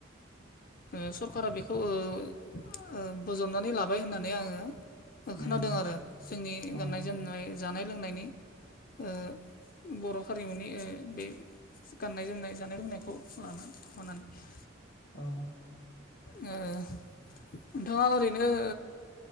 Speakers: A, on the left (about 45°); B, on the left (about 75°).
A: ओ सरकारा बेखौ ओ बजबनानै लाबाय होननानै आङो ओ
B: उम
A: खोनादों आरो जोंनि
B: औ
A: गाननाय जोमनाय जानाय लोंनायनि ओ बर' हारिमुनि ओ बे गाननाय जोमनाय जानाय लोंनायखौ लानानै माबानानै
B: औ
A: नोंथाङा ओरैनो ओ